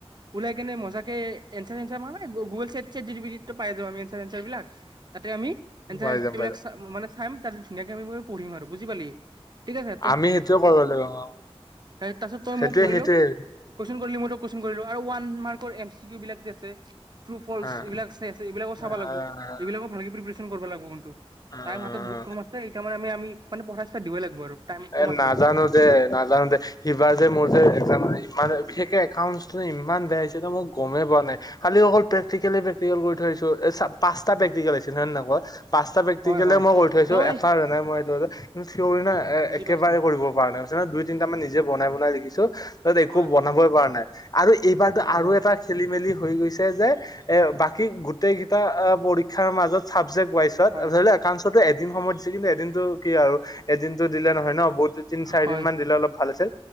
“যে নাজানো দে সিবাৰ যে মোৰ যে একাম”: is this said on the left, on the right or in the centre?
Left